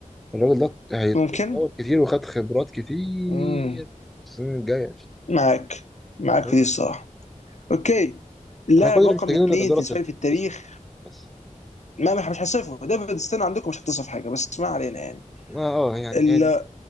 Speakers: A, in the centre; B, on the left (about 60°).
A: الراجل ده هيتطور
B: ممكن
A: كتير وخد خبرات كتير
B: مم.
A: السنين الجايه
B: معاك معاك
A: بس
B: في دي الصراحه اوكي اللاعب
A: احنا كل اللي
B: رقم
A: محتاجينه
B: اثنين
A: ان الاداره
B: بالنسبه
A: تف-
B: لي في التاريخ
A: تصرف بس
B: ما مش مش هصفه ديفيد ستين عندكم مش هتصف حاجه بس ما علينا يعني
A: ما اه يعني
B: ال-
A: هي دي
B: اللاعب